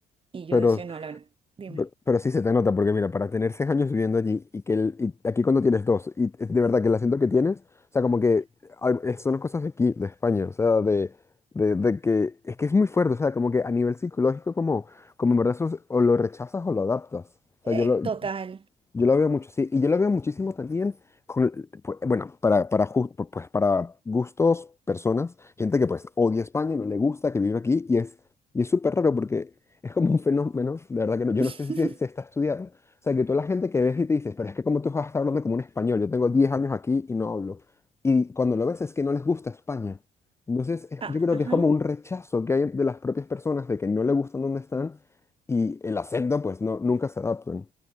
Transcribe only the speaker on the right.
y yo
decía, no, la, dime.
Eh,
total.
<laughs>
Ah,
ajá.